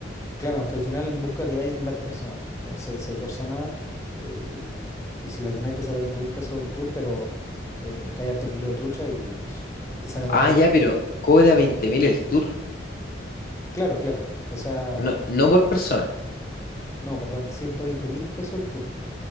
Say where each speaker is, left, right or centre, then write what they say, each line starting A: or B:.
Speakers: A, on the left; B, on the left.
A: Claro, es que al final busca que vayan varias personas, con seis, seis personas, eh, y, y si la llenáis te sale veinte mil pesos el tour, pero eh, pescáis harto kilo de trucha y <laughs> te sale más
B: Ah,
A: barato.
B: ya, pero cobra veinte mil el tour,
A: Claro, claro, o sea,
B: no, no por persona.
A: no, perdón, ciento veinte mil pesos el tour,